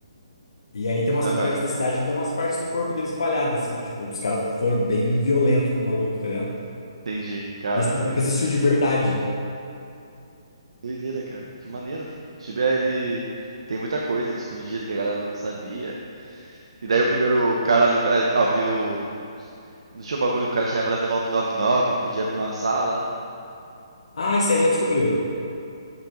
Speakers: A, on the left (about 75°); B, on the right (about 80°).
A: E aí tem umas
B: Aham.
A: partes da cidade que tem umas partes do corpo dele espalhadas, assim, tipo, os caras foram bem violentos com o maluco, tá ligado?
B: Entendi. Caraca,
A: E esse maluco
B: doideira.
A: existiu de verdade.
B: Doideira, cara. Que maneiro, pô. Tibia, ele tem muita coisa escondida que a galera não sabia. E daí o primeiro cara le- a- abriu. Não tinha o bagulho que o cara chegava level 999, podia abrir uma sala.
A: Ah, isso aí já descobriram.